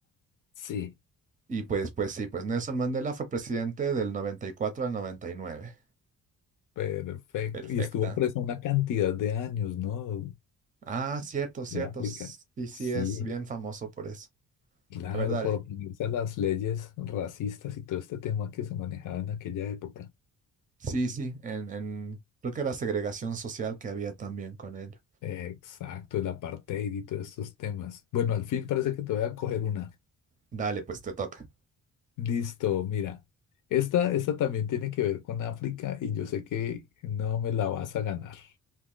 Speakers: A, on the left; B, on the right.
A: Sí.
B: Y pues, pues sí, pues Nelson Mandela fue presidente del 94 al 99.
A: Perfecto.
B: Perfecta.
A: Y estuvo presa una cantidad de años, ¿no?
B: Ah, cierto, cierto.
A: De África.
B: Sí, sí,
A: Sí,
B: es bien famoso por eso.
A: claro,
B: A ver, dale.
A: por oponerse a las leyes racistas y todo este tema que se manejaba en aquella época.
B: Sí, sí, en, en- creo que era segregación social que había también con ello.
A: Exacto, el apartheid y todos estos temas. Bueno, al fin parece que te voy a coger una.
B: Dale, pues te toca.
A: Listo, mira. Esta, esta también tiene que ver con África y yo sé que no me la vas a ganar.